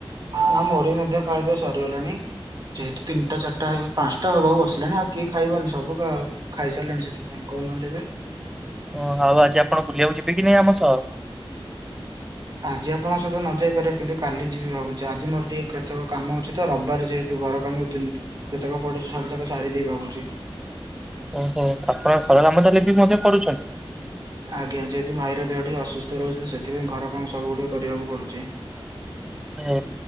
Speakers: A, on the right; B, in the centre.
A: ନା ମୋରି ମଧ୍ୟ ଖାଇବା ପିଇବା ସରିଗଲାଣି। ଯେହେତୁ ତିନିଟା ଚାରିଟାଇ ପାଞ୍ଚଟା ହେବାକୁ ବସିଲାଣି ଆଉ କିଏ ଖାଇବନି ସବୁ ଖାଇସାରିଲଣି ସେଥି କହୁନାହାନ୍ତି ଏବେ।
B: ଓହ ଆଉ ଆଜି ଆପଣ ବୁଲିବାକୁ ଯିବେ କି ନାଇଁ ଆମ ସହ?
A: ଆଜି ଆପଣ ସହିତ ନ ଯାଇ ପାରିବେ କିନ୍ତୁ କାଲି ଯିବି ଭାବୁଚି ଆଜି ମୋର ଟିକେ କେତେକ କାମ ଅଛି ତ ରବିବାର ତୁ ଘର କାମ <unintelligible> ଯେତେକ ପଡୁଚି ସବୁଯାକ ସାରି ଦେଇ ଭାବୁଚି।
B: ଓହୋ ଆପଣ ଘର କାମ <unintelligible> ବି ମଧ୍ୟ କରୁଛନ୍ତି।
A: ଆଜ୍ଞା ଯେହେତୁ ଭାଇର ଦେହ ଟିକ ଅସୁସ୍ଥ ରହୁଚି ସେଥିପାଇଁ ଘର କାମ ସବୁ ଗୁଡିକ କରିବାକୁ ପଡୁଚି।
B: ହୁ